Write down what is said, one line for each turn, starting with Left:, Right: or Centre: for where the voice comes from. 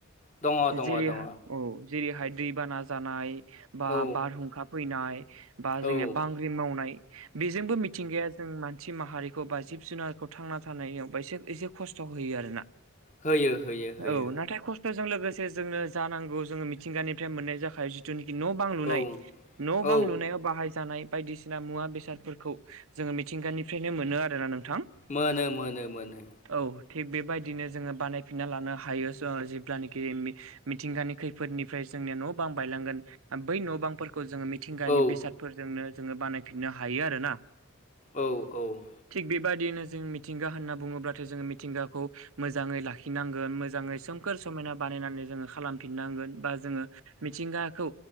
Left: दङ दङ
Right: जेरै
Left: दङ
Right: औ जेरैहाय दैबाना जानाय बा
Left: औ
Right: बारहुंखा फैनाय बा
Left: औ
Right: जोंनिया बांग्रि मावनाय बेजोंबो मिथिंगाया जों मानसि माहारिखौ बा जिब जुनारखौ थांना थानायावसे एसे खस्थ' होयो आरोना
Left: होयो होयो होयो
Right: औ नाथाय खस्थ' जों लोगोसे जोंनो जानांगौ जोङो मिथिंगानिफ्राय मोननाय जाखायो जु जिथुनाखि न' बां लुनाय
Left: औ
Right: न' बां
Left: औ
Right: लुनायाव बाहाय जानाय बायदिसिना मुवा बेसादफोरखौ जोङो मिथिंगानिफ्रायनो मोनो आरोना नोंथां
Left: मोनो मोनो मोनो
Right: औ थिग बेबायदिनो जोङो बानायफिनना लानो हायो जेब्लानाखि मिथिंगानि खैफोदनिफ्राय जोंनिया न' बां बायलांगोन बै न' बांफोरखौ जोङो मिथिंगानि
Left: औ
Right: बेसादफोरजोंनो जोङो बानायफिननो हायो आरो ना
Left: औ औ
Right: थिग बेबायदियैनो जों मिथिंगा होनना बुङोब्लाथाय जोङो मिथिंगाखौ मोजाङै लाखिनांगोन मोजाङै सोमखोर समायना बानायनानै जोङो खालाम फिननांगोन बा जोङो मिथिंगाखौ